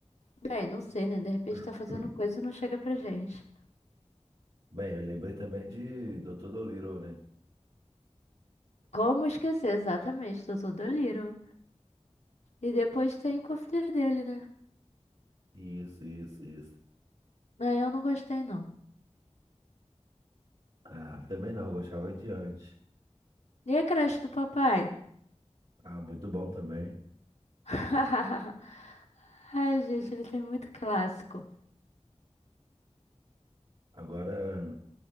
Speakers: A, on the left; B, on the right.
A: Bem, não sei, né? De repente tá
B: <clears throat>
A: fazendo coisa e não chega pra gente.
B: Bem, eu lembrei também de Dr. Dolittle, né?
A: Como esquecer exatamente do Tudo Little? E depois tem com a filha dele, né?
B: Isso, isso, isso.
A: Ah, eu não gostei, não.
B: Ah, também não, eu gostava de antes.
A: E a creche do papai?
B: Ah, muito bom também.
A: <laughs> Ai, gente, ele tem muito clássico.
B: Agora.